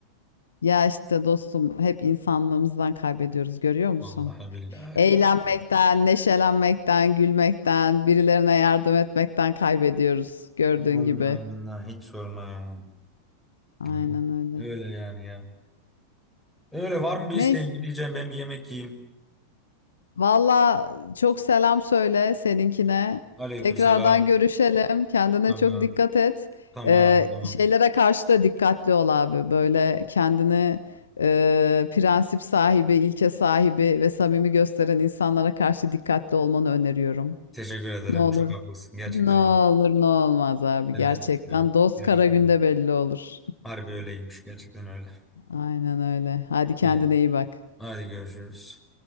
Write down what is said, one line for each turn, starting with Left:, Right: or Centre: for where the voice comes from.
Left: Ya işte dostum hep insanlığımızdan kaybediyoruz görüyor musun?
Centre: Vallahi billahi.
Left: Eğlenmekten,
Centre: ya.
Left: neşelenmekten, gülmekten, birilerine yardım etmekten kaybediyoruz gördüğün
Centre: Vallahi
Left: gibi.
Centre: billahi hiç sorma ya.
Left: Aynen
Centre: Hı.
Left: öyle.
Centre: Öyle yani ya. Öyle var mı bir
Left: Neyse,
Centre: isteğin Bir diyeceğim ben bir yemek yiyeyim.
Left: valla çok selam söyle seninkine.
Centre: Aleykümselam.
Left: Tekrardan görüşelim. Kendine
Centre: Tamam.
Left: çok dikkat et.
Centre: Tamam
Left: Ee,
Centre: tamam.
Left: şeylere karşı da dikkatli ol abi. Böyle kendini e, prensip sahibi, ilke sahibi ve samimi gösteren insanlara karşı dikkatli olmanı öneriyorum.
Centre: Teşekkür ederim.
Left: Ne olur.
Centre: Çok haklısın. Gerçekten
Left: Ne olur
Centre: öyle.
Left: ne olmaz abi
Centre: Evet.
Left: gerçekten.
Centre: Evet.
Left: Dost
Centre: Gerçekten
Left: kara günde
Centre: öyle.
Left: belli olur.
Centre: Harbi öyleymiş. Gerçekten öyle.
Left: <laughs> Aynen öyle. Hadi kendine
Centre: Ee,
Left: iyi bak.
Centre: hadi görüşürüz.